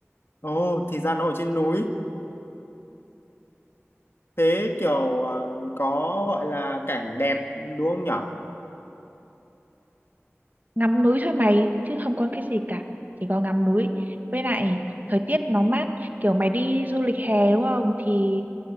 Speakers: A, on the left (about 55°); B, on the right (about 40°).
A: Ồ, thì ra nó ở trên núi. Thế kiểu ờ, có gọi là cảnh đẹp đúng không nhở?
B: ngắm núi thôi mày chứ không có cái gì cả chỉ có ngắm núi với lại thời tiết nó mát kiểu mày đi du lịch hè đúng không thì